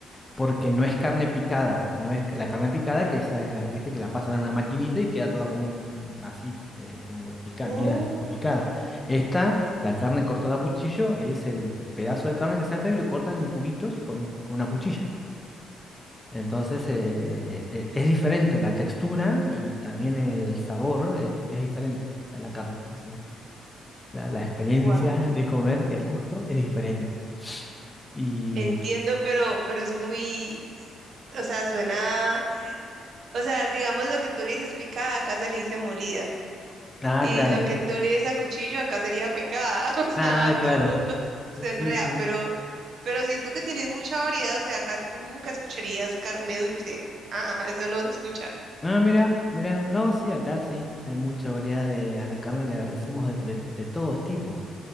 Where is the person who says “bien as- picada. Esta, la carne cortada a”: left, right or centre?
Left